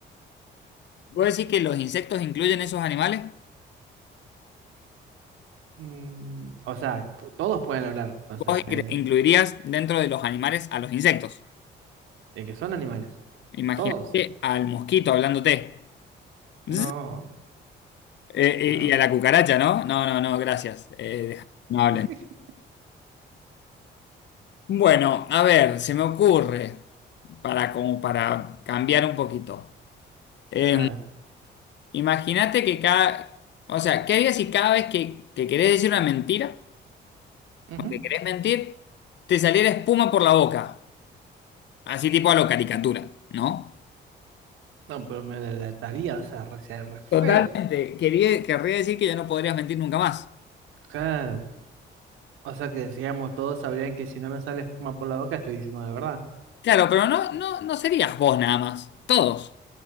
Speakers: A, on the left; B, on the right.
A: ¿Vos decís que los insectos incluyen esos animales?
B: Mm, O sea, pu- todos pueden hablar. O sea,
A: ¿Vos incre-
B: en el-
A: incluirías dentro de los animales a los insectos?
B: en que son animales.
A: Imagínate
B: Todos.
A: al mosquito hablándote.
B: No,
A: Zzz. Eh,
B: no.
A: y, y a la cucaracha, ¿no? No, no, no, gracias. Eh, deja- no hablen.
B: <laughs>
A: Bueno, a ver, se me ocurre, para, como para cambiar un poquito. Em,
B: A ver.
A: imagínate que cada, o sea, ¿qué harías si cada vez que, que querés decir una mentira?
B: ujú.
A: no te querés mentir, te saliera espuma por la boca, así tipo a lo caricatura, ¿no?
B: No, pero me delataría, o sea, re, sería re feo.
A: Totalmente. Quería, querría decir que ya no podrías mentir nunca más.
B: Claro. O sea que digamos, todos sabrían que si no me sale espuma por la boca, estoy diciendo la verdad.
A: Claro, pero no, no, no serías vos nada más. Todos,